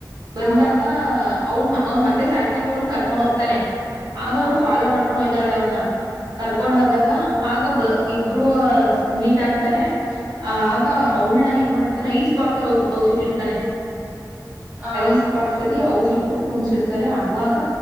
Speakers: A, on the right; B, on the right.
A: ಬಂದಾಗ
B: ಹಾ
A: ಅವನ್ ಅವನ್ ಮತ್ತೆ ಸಾಯಿ ಸಾಕಿ ಅವ್ಳ ಕರ್ಕೊಂಡ್ ಹೋಗ್ತಾನೆ ಆಗ
B: ಹಾ
A: ಅವ್ಳು ಫಾಲೋ ಮಾಡ್ಕೊಂಡುಹೊಯ್ತ್ ತಳೆಯನ್ನ ಕರ್ಕೊಂಡೋದಾಗ
B: ಹಾ
A: ಆಗ ಬ ಇಬ್ರುೂ ಮೀಟ್ ಹಾಕ್ತಾರೆ ಆ ಆಗ
B: ಹ್ಮ್
A: ಅವಳ ನ ಏನ್ ಮಾಡಿತ ತನ್ನ ಈಸ್ಟ್ ಬಾಕ್ಸ್ ಅಲ್ಲಿ ಔಸಿಟ್ಟಿಡ್ತಾನೆ
B: ಹಾ
A: ಐಸ್ ಪಾಕ್ಸ್ ಅಲ್ಲಿ ಅವ ಇಟ್ಬಿಟ್ಟ ಕುಣ್ಸಿರ್ತಾರೆ ಅವಾಗ